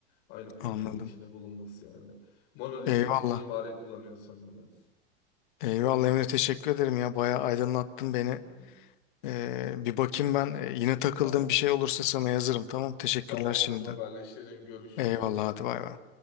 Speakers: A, on the left (about 35°); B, on the left (about 50°).
A: Aynı projenin
B: anladım.
A: içinde bulunması yani. Monolitik
B: Eyvallah.
A: mimari kullanıyorsan biraz.
B: Eyvallah Emre teşekkür ederim ya bayağı aydınlattın beni.
A: Hı hı.
B: Ee, bir bakayım ben. Ee, yine takıldığım
A: Tamam.
B: bir şey olursa sana yazarım. Tamam. Teşekkürler
A: Tamamdır
B: şimdiden.
A: haberleşelim görüşürüz
B: Eyvallah.
A: bay
B: Hadi bay
A: bay.
B: bay.